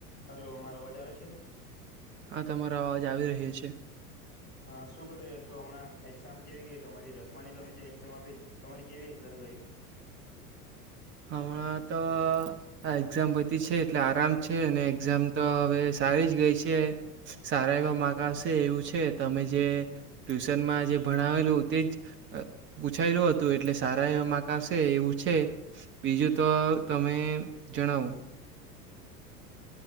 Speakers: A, on the left; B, on the right.
A: Hello મારો અવાજ આવે છે.
B: આ તમારો અવાજ આવી રહ્યો છે.
A: હા શું કરી રહ્યા છો હમણાં એક્ઝામ કેવી ગઈ તમારી દસમાની તમે જે એક્ઝામ આપી તમારી કેવી એક્ઝામ ગઈ.
B: હમણાં તો આ એક્ઝામ બધી છે એટલે આરામ છે અને એક્ઝામ તો હવે સારી જ ગઈ છે સારા એવા માર્ક આવશે એવું છે. તમે જે ટ્યુશનમાં જે ભણાવેલું તે જ પૂછાયેલું હતું. તું એટલે સારા એવા માર્ક આવશે. એવું છે. બીજું તો તમે જણાવો.